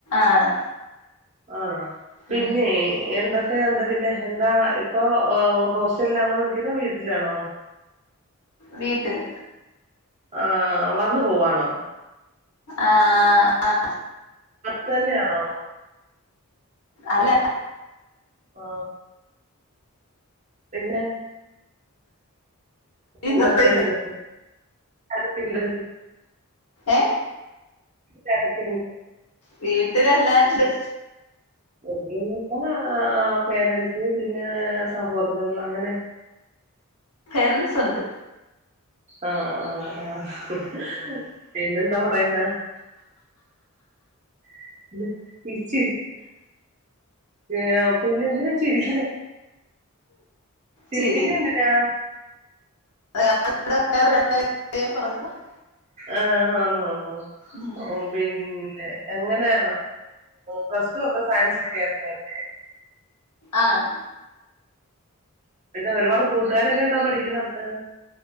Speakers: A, on the left; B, on the right.
A: ആണ്
B: ആണോ പിന്നെ
A: ഉം
B: എന്ത ക്കെയുണ്ട് പിന്നെ എന്താ ഇപ്പൊ ഓ ഹോസ്റ്റൽലാണോ നിക്കുന്നെ വീട്ടിലാണോ
A: വീട്ടില്
B: ആഹ് വന്ന് പോവാണോ?
A: ആഹ് അഹ്
B: അത്തെന്ന്യാണോ?
A: അല്ല
B: ഓ പിന്നെ
A: ഇല്ല
B: എന്തൊക്കേണ്ട് ആരൊക്കെയുണ്ട്?
A: ഏഹ്
B: വീട്ടിലാരൊക്കെയുണ്ട്?
A: വീട്ടില് എല്ലാരുണ്ട്.
B: വീട്ടിലീന്ന് വെച്ചാ ആഹ് പേരന്റ്സ് പിന്നെ സഹോദരങ്ങള് അങ്ങനെ
A: പേരന്റ്സ്ണ്ട്.
B: ആഹ് ആഹ് ആഹ് പിന്നെ എന്താ പറയ്ണ <unintelligible> ഏഹ് പിന്നെ എന്തിനാ ചിരിക്ക്ന്ന ചിരിക്കുന്ന
A: ചിരി
B: എന്തിനാ?
A: <inaudible>
B: ആഹ് ആന്നോ
A: ഉം
B: ഓഹ് പിന്നെ എങ്ങനെ പ്ലസ് ടു ഒക്കെ സയൻസ് ഒക്കെ ആയിരുന്നോ എട
A: ആഹ്
B: പിന്നെ ഒരുപാട് കൂട്ടുകാരൊക്കെണ്ടോ പഠിക്കുന്നേട്ത്ത്?